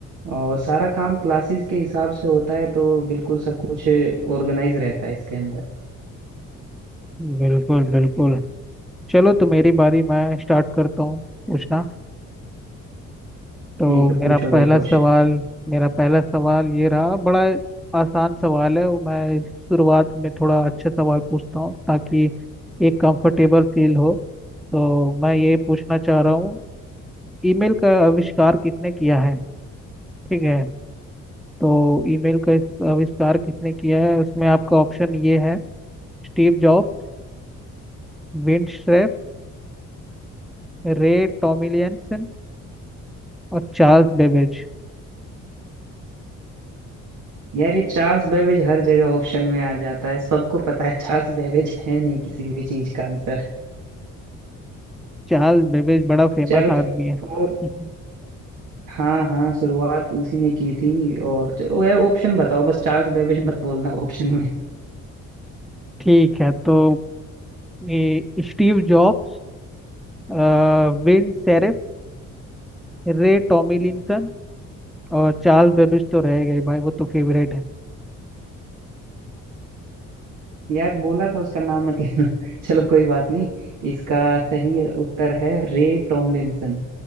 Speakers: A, on the right (about 80°); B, in the centre.
A: और सारा काम क्लासेस के हिसाब से होता है तो बिल्कुल सब कुछ ऑर्गेनाइज रहता है इसके अंदर
B: बिल्कुल बिल्कुल चलो तो मेरी बारी मैं स्टार्ट करता हूँ पूछना तो
A: ठीक है
B: मेरा
A: पूछो
B: पहला
A: भाई क्वेश्चन
B: सवाल मेरा पहला सवाल ये रहा बड़ा आसान सवाल है वो मैं शुरुआत में थोड़ा अच्छे सवाल पूछता हूँ ताकि एक कंफर्टेबल फील हो तो मैं ये पूछना चाह रहा हूँ ईमेल का आविष्कार किसने किया है ठीक है तो ईमेल का इस- आविष्कार किसने किया है उसमें आपका ऑप्शन ये है Steve Jobs Vint Cerf Ray Tomlinson और चार्ल्स बेबेज
A: यार ये चार्ल्स बेबेज हर जगह ऑप्शन में आ जाता है सबको पता है चार्ल्स बेबेज है नहीं किसी भी चीज का आंसर
B: चार्ल्स बेबेज बड़ा फेमस
A: चलो ठीक
B: आदमी है
A: है। और
B: <laughs>
A: हाँ हाँ शुरुआत उसी ने की थी और चलो यार ऑप्शन बताओ बस चार्ल्स बेबेज मत बोलना <laughs> ऑप्शन में
B: ठीक है तो ये स्टीव जॉब्स अ, विन सेरेफ रे टॉमिलिंसन और चार्ल्स बेबेज तो रह गए भाई वो तो फेवरेट है
A: यार बोला था उसका नाम मत लेना <laughs> चलो कोई बात नहीं इसका सही उत्तर है रे टॉमलिंसन